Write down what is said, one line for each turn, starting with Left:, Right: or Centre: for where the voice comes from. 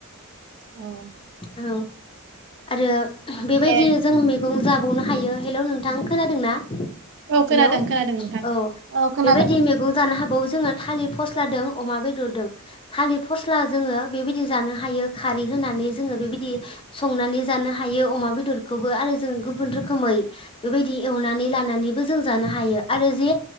Right: औ
Left: औ आरो बेबायदि
Right: दे
Left: जों मैगं जा बावनो हायो हेल' नोंथां खोनादों ना
Right: औ खोनादों
Left: हेलौ
Right: खोनादों नोंथां
Left: औ
Right: औ खोनादों
Left: बेबायदि मैगं जानो हाबावो जोङो थालिर फस्ला दों अमा बेदरदों थालिर फस्ला जोङो बेबायदि जानो हायो खारै होनानै जोङो बेबायदि संनानै जानो हायो अमा बेदरखौबो आरो जों गुबुन रोखोमै बेबायदि एवनानै लानानैबो जों जानो हायो आरो जे